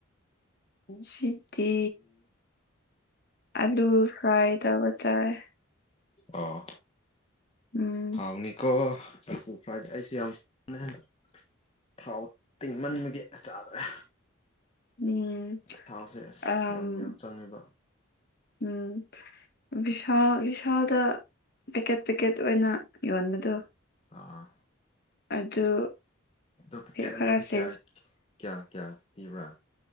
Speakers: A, on the left (about 50°); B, on the left (about 30°).
A: ꯉꯁꯤꯗꯤ ꯑꯂꯨ ꯐ꯭ꯔꯥꯏ ꯇꯧꯕ ꯆꯥꯏ
B: ꯑꯣ
A: ꯎꯝ
B: ꯍꯥꯎꯅꯤꯀꯣ ꯑ ꯐꯋꯥꯗꯗꯤ ꯑꯩꯁꯨ ꯌꯥꯝ ꯍꯟꯗꯛ <unintelligible> ꯊꯥꯎ ꯇꯤꯡꯃꯟꯕꯒꯤ ꯆꯥꯗ꯭ꯔꯦ
A: ꯎꯝ
B: ꯊꯥꯎꯁꯦ ꯑꯁ
A: ꯑꯝ
B: ꯌꯥꯝ ꯌꯥꯝ ꯆꯪꯉꯦꯕ
A: ꯎꯝ ꯕꯤꯚꯤꯁꯥꯜ ꯕꯤꯚꯤꯁꯥꯜꯗ ꯄꯦꯛꯀꯦꯠ ꯄꯦꯛꯀꯦꯠ ꯑꯣꯏꯅ ꯌꯣꯟꯕꯗꯣ
B: ꯑꯥ
A: ꯑꯗꯨ
B: ꯑꯗꯣ ꯄꯦꯀꯦꯠ
A: ꯈꯔ
B: ꯑꯃꯗꯤ
A: ꯁꯦꯐ
B: ꯀꯌꯥ ꯀꯌꯥ ꯀꯌꯥ ꯄꯤꯕ꯭ꯔꯥ